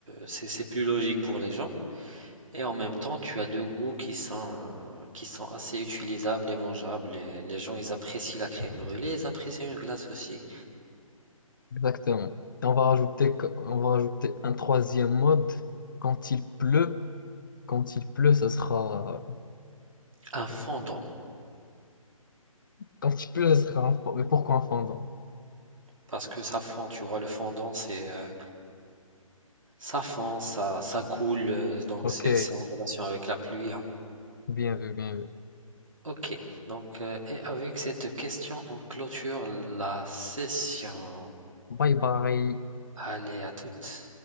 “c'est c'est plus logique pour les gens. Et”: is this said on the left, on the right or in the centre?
Right